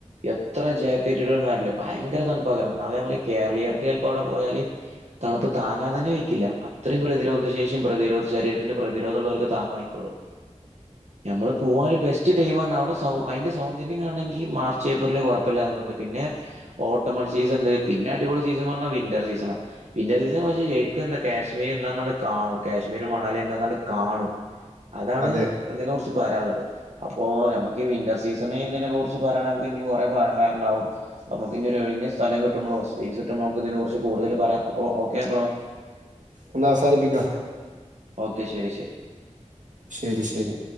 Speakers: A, on the right; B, on the right.
A: എത്ര ജാക്കറ്റ് ഇടണംന്നർ ല്ലാ. ഭയങ്കര തണ്പ്പാക്കാരം ഒന്നാമത് നമ്മള് കേരളീയർക്കെൽപ്പൊ അവ്ടെ പോയാല് തണ്പ്പ് താങ്ങാൻ തന്നെ വെയ്ക്കില്ല. അത്രയും പ്രതിരോധ ശേഷിയും, പ്രതിരോധ ശരീരത്തിന്റെ പ്രതിരോധള്ളാർക്കേ താങ്ങായിക്കോളും ഞമ്മള് പോവാന് ബെസ്റ്റ് ടൈം അവിടെ. സൗ അതിൻ്റെ സൗന്ദര്യം കാണെങ്കിൽ മാർച്ച് ഏപ്രിലിൽ കുപ്പമില്ലാതോനുണ്ട് പിന്നെ. ഓട്ടംൺ സീസൺണ്ട് പിന്നെ അടിപൊളി സീസൺ പറഞ്ഞാൽ വിന്റർ സീസണാ. പിന്നെ അത് പക്ഷെ ശരിക്കും എന്താ കാശ്മീർ എന്താ കാണും കാശ്മീർ മണാലി എന്താ കാണും. അതാണ്
B: അതെ
A: ഇതിനെ കുറിച്ച് പറയാനുള്ളത് അപ്പോ ഞമക്ക്. ഈ വിന്റർ സീസംണ് ഇതിനെ കുറിച്ച് പറയാൻ നമുക്ക് ഇനി കുറെ പറയാറുണ്ടാവും. നമുക്ക് ഇനി ഒരു ഒഴിഞ്ഞ സ്ഥലം കിട്ടുമോ സ്പേസ് കിട്ടുമ്പോ ഒക്കെ നമക്ക് ഇതിനെ കുറിച്ച് കൂടുതൽ പറയാം അപ്പൊ ഓക്കെ ബ്രോ.
B: ഇന്ന് അവസാനിപ്പിക്കാ.
A: ഓക്കെ ശരി ശരി.
B: ശരി ശരി.